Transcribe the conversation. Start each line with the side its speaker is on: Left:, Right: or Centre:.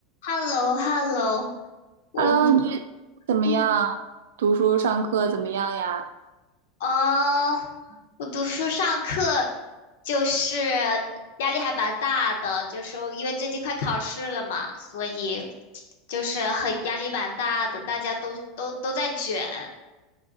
Left: h e l l o h e l l o 我
Right: Hello，你最怎么样？
Left: 嗯嗯
Right: 读书上课怎么样呀？
Left: 哦，我读书上课就是压力还蛮大的，就是我因为最近快考试了嘛，所以就是很压力蛮大的，大家都都都在卷。